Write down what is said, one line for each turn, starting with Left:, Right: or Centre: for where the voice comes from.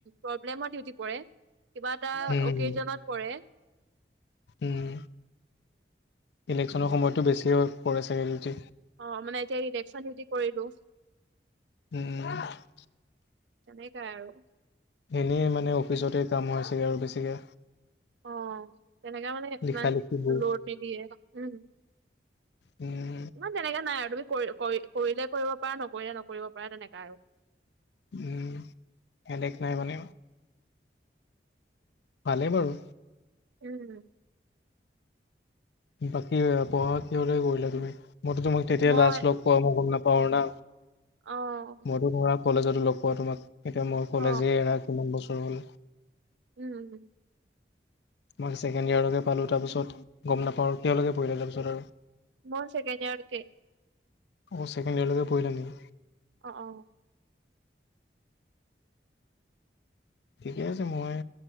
Right: প্ৰব্লেমত ডিউটি পৰে, কিবা এটা
Left: উম,
Right: অকেজনত পৰে।
Left: উম, ইলেকশ্যনৰ সময়তটো বেছি হৈ পৰে চাগে ডিউটি।
Right: অঁ মানে এতিয়া ইলেকশ্যন ডিউটি কৰিলো।
Left: উম।
Right: তেনেকাই আৰু।
Left: এনেই মানে অফিচতে কাম হয় চাগে আৰু বেছিকে।
Right: অঁ, তেনেকা মানে
Left: লিখা
Right: ইমান
Left: লিখিবোৰ
Right: লোড নিদিয়ে, উম।
Left: উম,
Right: অঁ তেনেকা নাই আৰু, তুমি কৰি কৰি কৰিলে কৰিব পাৰা নকৰিলে নকৰিব পাৰা তেনেকা আৰু।
Left: উম হেডেক নাই মানে। ভালেই বাৰু।
Right: উম।
Left: বাকী পঢ়া কিহৰলৈকে কৰিলা তুমি, মইটো তোমাক তেতিয়া
Right: মই
Left: লাষ্ট লগ পোৱা মই গম নাপাওঁ না।
Right: অঁ।
Left: মইটো ধৰা কলেজতো লগ পোৱা তোমাক, এতিয়া মোৰ কলেজে
Right: অ
Left: এৰা কিমান বছৰ হ'ল।
Right: উম।
Left: মই ছেকেণ্ড ইয়াৰলৈকে পালোঁ, তাৰপিছত গম নাপাওঁ, কিহলৈকে পঢ়িলা তাৰপিছত আৰু?
Right: মই ছেকেণ্ড ইয়াৰলৈকে।
Left: অঁ, ছেকেণ্ড ইয়াৰৰ লৈকে পঢ়িলা নেকি?
Right: অঁ অঁ।
Left: ঠিকে আছে, মই